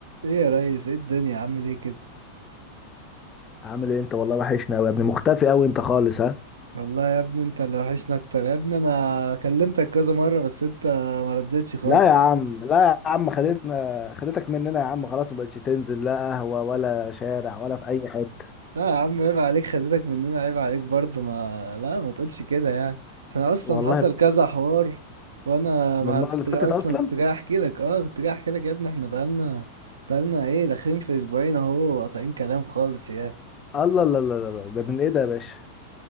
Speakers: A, on the right; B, on the left.
A: ايه يا ريس ايه الدنيا عامل ايه كده
B: عامل ايه انت والله وحشنا قوي يا ابني مختفي قوي انت خالص ها
A: والله يا ابني انت اللي وحشنا اكتر يا ابني انا كلمتك كذا مره بس انت ما ردتش خالص
B: لا يا عم لا يا عم خدتنا خدتك مننا يا عم خلاص ما بقتش تنزل لا قهوة ولا شارع ولا في اي حتة
A: لا يا عم عيب عليك خدتك مننا عيب عليك برضه ما لا ما تقولش كده يعني احنا اصلا
B: والله
A: حصل كذا حوار وانا
B: من
A: ما
B: المرة
A: كنت
B: اللي فاتت
A: جا- اصلا
B: اصلا
A: كنت جاي احكي لك اه كنت جاي احكي لك يا ابني احنا بقالنا بقالنا ايه داخلين في اسبوعين اهو قاطعين كلام خالص يا
B: الله لا لا لا لا ده من ايه ده يا باشا